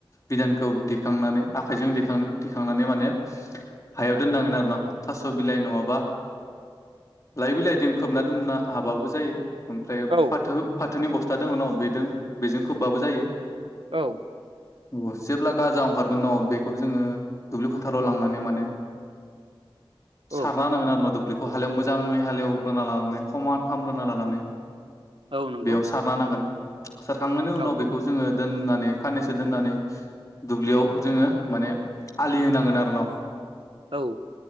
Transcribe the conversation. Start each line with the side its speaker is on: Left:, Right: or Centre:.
Left: बिदानखौ दिखांनानै आखाइजों दिखां दिखांनानै माने हायाव दोननांगोन आरो न' थास' बिलाइ नङाबा लाय बिलइजों खोबना दोनना हाबाबो जायो। ओमफ्राय
Right: औ
Left: फाथो फाथोनि बस्था दङ न' बेदों बेजों खोबबाबो जायो।
Right: औ
Left: औ जेब्ला गाजा अंखारगोन न' बेखौ जोङो दुब्लि फोथाराव लांनानै माने सारना
Right: औ
Left: होनांगोन आरो ना दुब्लि हालेव मोजाङै हालेव ग्रोना लानानै खमान खामग्रोना लानानै
Right: औ नंगौ
Left: बेयाव सारना होनांगोन सारखांनायनि
Right: औ
Left: उनाव बेखौ जोङो दोननानै खाननैसो दोननानै दुब्लियाव जोङो माने आलि होनांगोन आरो न'।
Right: औ